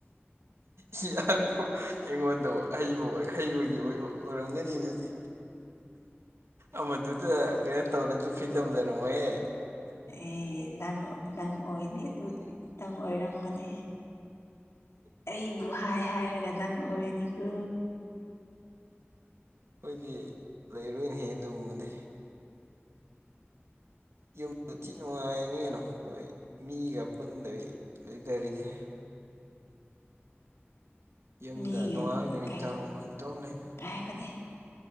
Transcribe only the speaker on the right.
ꯁꯤꯌꯥ ꯢꯕꯣ ꯑꯩꯉꯣꯟꯗꯕꯨ ꯍꯩꯕ ꯑꯣꯢ ꯍꯩꯕꯒꯤ ꯑꯣꯏꯔꯣ ꯑꯣꯏꯔꯝꯒꯅꯤ ꯑꯗꯨꯗꯤ
ꯑꯃꯗꯨꯗꯥ ꯀꯩꯅꯣ ꯇꯧꯔꯁꯨ ꯐ꯭ꯔꯤꯇꯝ ꯂꯩꯔꯝꯃꯣꯢꯍꯦ
ꯑꯈꯣꯏꯗꯤ ꯂꯩꯔꯨꯢꯍꯦ ꯑꯗꯨꯒꯨꯝꯕꯗꯤ ꯌꯨꯝꯗ ꯊꯤ ꯅꯨꯡꯉꯥꯏꯅꯅꯤ ꯀꯩꯅꯣ ꯍꯣꯏ ꯃꯤꯒ ꯄꯨꯟꯗꯕꯤ ꯂꯩꯗꯔꯤꯁꯦ ꯌꯨꯝꯗ
ꯅꯣꯡꯉꯥꯜ ꯅꯨꯃꯤꯠ
ꯇꯥꯕ ꯏꯇꯣꯝ ꯂꯩꯅꯤ